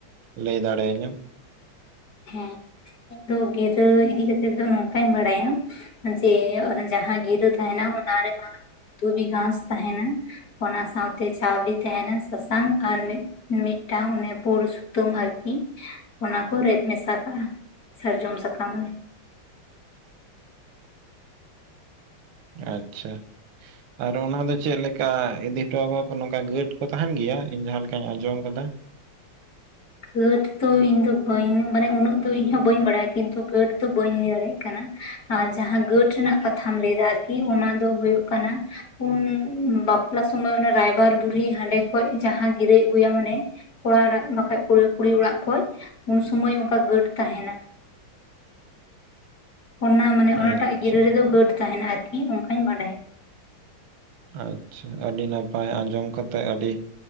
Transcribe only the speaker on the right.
ᱞᱟᱹᱭ ᱫᱟᱲᱮᱭᱟᱹᱧᱟᱹᱢ
ᱟᱪᱪᱷᱟ ᱟᱨ ᱚᱱᱟ ᱫᱚ ᱪᱮᱫ ᱞᱮᱠᱟ, ᱤᱫᱤ ᱦᱚᱴᱚᱣᱟᱠᱚᱣᱟᱠᱚ ᱱᱚᱝᱠᱟ ᱜᱟᱺᱴ ᱠᱚ ᱛᱟᱦᱮᱱ ᱜᱮᱭᱟ, ᱤᱧ ᱡᱟᱦᱟᱸ ᱞᱮᱠᱟᱧ ᱟᱸᱡᱚᱢ ᱠᱟᱫᱟ
ᱟᱪᱪᱷᱟ
ᱟᱪᱪᱷᱟ ᱟᱹᱰᱤ ᱱᱟᱯᱟᱭ ᱟᱸᱡᱚᱢ ᱠᱟᱛᱮᱫ ᱟᱹᱰᱤ